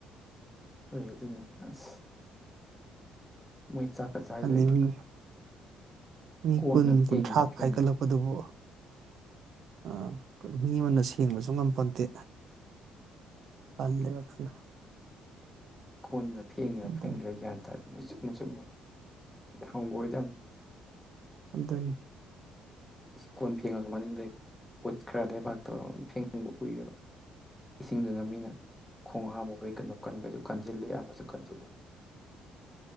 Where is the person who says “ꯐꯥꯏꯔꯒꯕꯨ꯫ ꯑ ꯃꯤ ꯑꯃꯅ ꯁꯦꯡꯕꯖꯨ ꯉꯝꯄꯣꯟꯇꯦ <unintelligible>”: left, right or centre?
Right